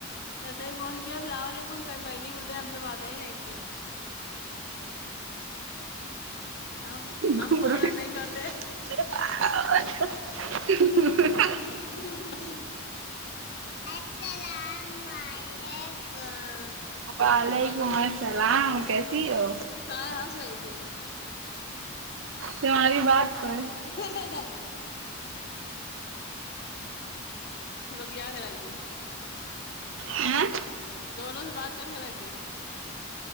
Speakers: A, on the left; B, on the right.
A: کیسے ہی فون کیا السلام علیکم کہیں بہن خدا ہم سے بات آئی نہیں کن ہم ہم
B: گھبرو
A: فون وون نہیں کرتے
B: <unintelligible> <inaudible>
A: <inaudible> السلام علیکم
B: وعلیکم السلام کیسی ہو
A: کاہے ہس رہی تھی
B: تمہاری بات پر
A: <unintelligible> دیا کے رکھ دی
B: ہاں
A: دونوں سے بات کر کے رکھ دی